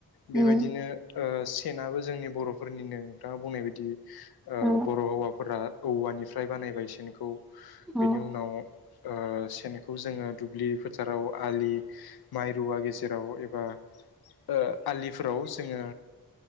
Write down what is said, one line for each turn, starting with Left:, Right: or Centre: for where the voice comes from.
Left: बेबायदिनो
Centre: उम
Left: ओ सेनाबो जोंनि बर'फोरनिनो नोंथाङा बुंनाय बायदि ओ
Centre: औ
Left: बर' हौवाफोरा औवानिफ्राय बानायबाय सेनखौ
Centre: औ
Left: बेनि उनाव सेनखौ जोङो दुब्लि फोथाराव आलि माइ रुवा गेजेराव एबा ओ आलिफोराव जोङो